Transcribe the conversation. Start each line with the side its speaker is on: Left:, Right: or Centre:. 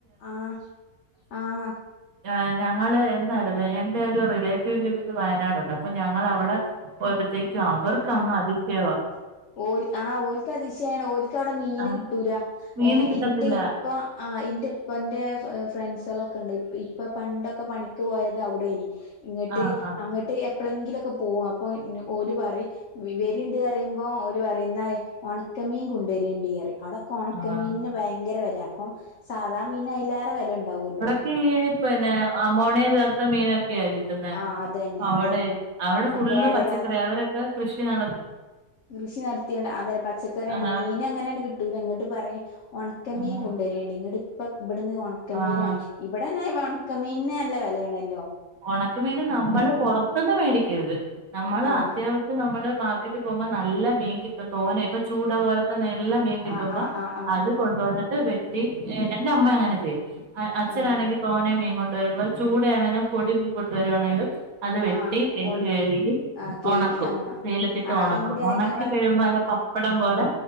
Left: ആ ആഹാ
Right: എ ഞങ്ങള് എന്നാരുന്നു എന്റെ ഒരു റിലേറ്റീവിന്റെ വീട് വയനാടുണ്ട് അപ്പോ ഞങ്ങളവടെ പോയപെത്തേക്കും അവർക്ക് അങ്ങ് അതിശേവാ
Left: ഓല് ആ ഓൽക്ക് അതിശയാണ് ഓല്ക്ക് അവ്ടെ മീന്
Right: ആഹ്
Left: കിട്ടൂല
Right: മീന്
Left: ഏ
Right: കിട്ടത്തില്ല
Left: ഇന്റെ ഇപ്പ ആ ഇന്റെ ഇപ്പന്റെ ഫ്ര ആ ഫ്രണ്ട്സുകളൊക്കെ ഇണ്ട് ഇ ഇപ്പ പണ്ടൊക്കെ പണിക്ക് പോയത് അവ്ടെ യ്നി ഇങ്ങട്ട്
Right: ആഹ് ആഹ്
Left: അങ്ങട്ട് എപ്പളങ്കിലൊക്കെ പോവും അപ്പോ ന് ഓല് വറിം വെ വെരിണ്ട് അറയുമ്പോ ആ ഓരു പറയും ന്നാ ഒണക്കമീൻ കൊണ്ടരേണ്ടീ അറിം അവടോ കൊണക്ക്
Right: ആഹ്
Left: മീനിന് ഭയങ്കര വെലാ അപ്പം സാധാ മീനിന് അതിലേറെ വെല ഉണ്ടാവല്ലോ
Right: ക് പിന്നെ അമോണിയ ചേർത്ത മീനൊക്കെയാ കിട്ടുന്ന
Left: ആഹ് അതന്നെ
Right: അവടേ
Left: അതന്നെ
Right: അവടെ
Left: ആഹ്
Right: ഫുള്ള്
Left: കേടരാതെ
Right: പച്ചക്കറി അവരെ ക്കെ കൃഷി ന
Left: കൃഷി നടത്തിയാണ് അതെ പച്ചക്കറിയാണ്
Right: ആഹ്
Left: മീൻ അങ്ങനെങ്ട്ട് കിട്ട് ട്ടൂല ഇങ്ങട്ട് പറയും ഒണക്കമീൻ
Right: ആഹ്
Left: കൊണ്ടുവരേണ്ടി ഇങ്ങട്ട് ഇപ്പ ഇവട്ന്ന് ഒണ ക്കമീനോ
Right: ആഹ്
Left: ഇവടെന്നെ ഒണക്കമീൻന് നല്ല വെലേണല്ലോ
Right: ഒണക്ക മീന് നമ്മള് പൊറത്ത്ന്ന് മേടിക്കരുത്. നമ്മള്
Left: ആഹ്
Right: അത്യാവ ക്ക് നമ്മള് മാർക്കറ്റിൽ പോവുമ്പോ നല്ല മീൻ കിട്ടും തോനെ ഇപ്പ ചൂട പോലത്തെ നെല്ല മീൻ കിട്ടുമ്പോ
Left: ആഹ് ആഹ് ആഹ് ആഹ്
Right: അത്
Left: ആഹ്
Right: കൊണ്ടുവന്നിട്ട് വെ ട്ടി എ എന്റെ അമ്മ അങ്ങനെ ചെ അ അച്ഛനാണെങ്കി
Left: ആഹ്
Right: തോനെ മീൻ കൊണ്ടുവരുമ്പോ ചൂടയാണെങ്കിലും പൊടിമീൻ കൊണ്ടുവരുവാണെങ്കിലും അത് വെട്ടി
Left: ആഹ്
Right: തേച്ച്
Left: ഒണ
Right: കഴുകി
Left: ആഹ് കേകി
Right: ഒണക്കും
Left: ആഹ്
Right: വെയിലത്തിട്ട്
Left: ആഹ്
Right: ഒണക്കും
Left: ഇന്റെ
Right: ഒണക്കി
Left: ഞാൻ
Right: കഴിയുമ്പോ നല്ല പപ്പട ടം പോലെ